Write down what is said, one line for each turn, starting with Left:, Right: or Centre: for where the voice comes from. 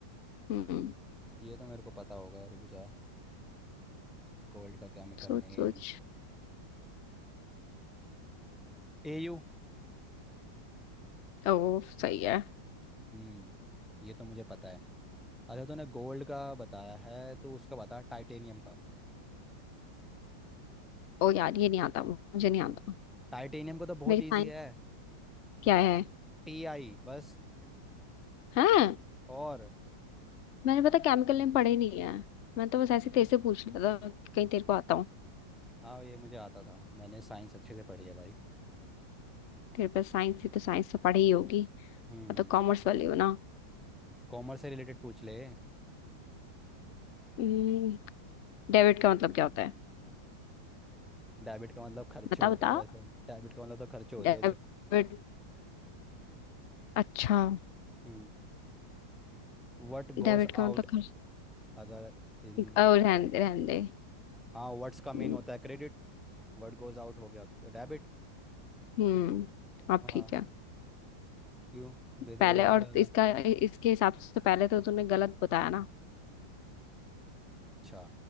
Left: हम्म
Centre: ये तो मेरे को पता होगा रुक जा गोल्ड का केमिकल
Left: सोच
Centre: नेम
Left: सोच
Centre: एयू
Left: ओ सही है
Centre: हम्म ये तो मुझे पता है अच्छा तूने गोल्ड का बताया है तो उसका बता टाइटेनियम का
Left: ओ यार ये नहीं आता मुझे नहीं आता
Centre: टाइटेनियम का तो बहुत
Left: मेरी
Centre: इजी
Left: साइंस
Centre: है
Left: क्या है
Centre: टी आई बस
Left: हैं
Centre: और
Left: मैंने पता केमिकल नेम पढ़े नहीं है मैं तो बस ऐसे ही तेरे से पूछ लिया था कहीं तेरे को आता हो
Centre: हाँ ये मुझे आता था मैंने साइंस अच्छे से पढ़ी है भाई
Left: तेरे पास साइंस है तो साइंस तो पढ़ी ही होगी
Centre: हम्म
Left: मैं तो कॉमर्स वाली हूँ ना
Centre: कॉमर्स से रिलेटेड पूछ ले
Left: डेबिट का मतलब क्या होता है
Centre: डेबिट का मतलब खर्चे
Left: बता
Centre: होते
Left: बता
Centre: हैं वैसे डेबिट का मतलब तो खर्चे होते
Left: डेबिट
Centre: हैं जो
Left: अच्छा
Centre: हम्म व्हाट गोज
Left: डेबिट का
Centre: आउट
Left: मतलब खर्च
Centre: अगर इन
Left: और रहने दे रहने दे
Centre: हाँ व्हाट्स का मेन
Left: हम्म
Centre: होता है क्रेडिट व्हाट गोज आउट हो गया डेबिट
Left: हम्म, अब
Centre: हाँ
Left: ठीक है
Centre: क्यों बेहतर
Left: पहले
Centre: को गलत
Left: और
Centre: लग रहा
Left: इसका इसके हिसाब से तो पहले तो तूने गलत बताया ना
Centre: है अच्छा